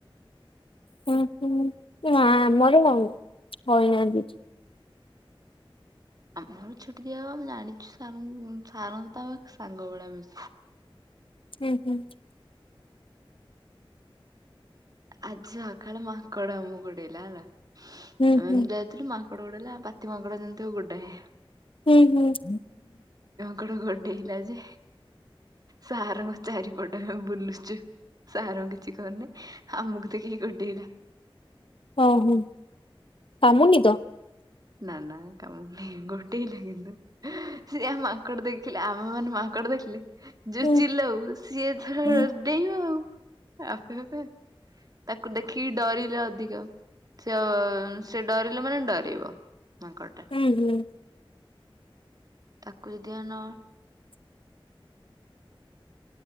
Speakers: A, on the left (about 70°); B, on the right (about 40°).
A: ହୁଁ ହୁଁ ନା ଆମର ହଉନାହାନ୍ତିି କିଛି
B: ଆମର ଛୁଟି ଦିଆ ହବ ଆମେ ଜାଣିଛୁ ସରଙ୍କୁ ସାର ତମ ସାଙ୍ଗ ଭଳିଆ ମିଶ
A: ହୁଁ ହୁଁ।
B: ଆଜି ସକାଳେ ମାଙ୍କଡ ଆମକୁ ଗୋଡେଇଲା ହେଲା
A: ହୁଁ
B: ଆମେ
A: ହୁଁ
B: ଯାଇଥିଲୁ ମାଙ୍କଡ ଗୋଡେଇଲା ପାତିମାଙ୍କ <unintelligible> ଜନ୍ତୁ ଗୋଟାଏ।
A: ହୁଁ ହୁଁ।
B: କୁର ଗୋଡେଇଲା ଯେ ସାରଙ୍କ ଚାରିପଟେ ଆମେ ବୁଲୁଚୁ ସାର୍ କିଛି କରୁନି ଆମକୁ ଦେଖିକି ଗୋଡେଇଲା।
A: ଓ ହୁଁ କାମୁନି ତ?
B: ନା ନା କାମୁଡ଼ିନି ଗୋଡେଇଲା କିନ୍ତୁ ସେ ମାଙ୍କଡ ଦେଖିଲେ ଆମେ ମାନେ ମାଙ୍କଡ ଦେଖିଲେ ଯୋଉ
A: ହୁଁ
B: ଚିଲୋଉ ସିଏ ତାର
A: ହୁଁ।
B: ବେଇବ ଆଉ। ଆପେ ଆପେ ତାକୁ ଦେଖିକି ଡରି ଅଧିକ ସେ ସେ ଡରିଲେ ମାନେ ଡରେଇବ ମାଙ୍କଡ଼ ଟା
A: ହୁଁ ହୁଁ
B: ତାକୁ ଯଦି ଆନ